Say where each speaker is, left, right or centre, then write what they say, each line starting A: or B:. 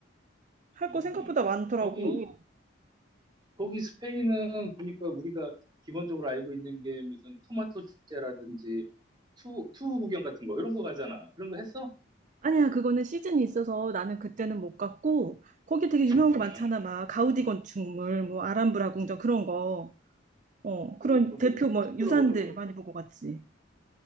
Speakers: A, on the right; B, on the right.
A: 할
B: 음.
A: 거 생각보다 많더라고.
B: 거기 거기 스페인은 보니까 우리가 기본적으로 알고 있는 게 무슨 토마토 축제라든지 투, 투우 구경 같은 거 이런 거 가잖아. 그런 거 했어?
A: 아니야, 그거는 시즌이 있어서 나는 그때는 못 갔고, 거기 되게 유명한
B: 음.
A: 거 많잖아. 막, 가우디 건축물, 뭐, 아람브라 궁전 그런 거. 어, 그런
B: 오, 그걸
A: 대표
B: 뭐 처음,
A: 뭐,
B: 처음 들어보는데?
A: 유산들
B: 아,
A: 많이 보고 갔지.